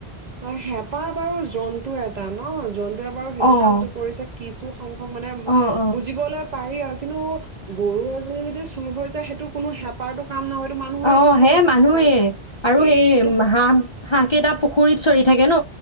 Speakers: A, on the right (about 50°); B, on the left (about 35°).
A: অ', হেঁপাহ বাৰু জন্তু এটা ন? জন্তুৱে বাৰু সেইটো
B: অঁ
A: কামটো কৰিছে কিছু সং খক মানে
B: অঁ অঁ
A: বুজিবলৈ পাৰি আৰু, কিন্তু গৰু এজনী যদি চুৰ হৈ যায়, সেইটো কোনো হেঁপাৰতো কাম <unintelligible> মানুহৰে
B: অ
A: কাম হ'ব
B: হে
A: কোনোবা
B: মানুহে আৰু
A: এই
B: সেই
A: এইটো
B: হাঁহ, হাঁহকেইটা পুখুৰীত চৰি থাকে ন?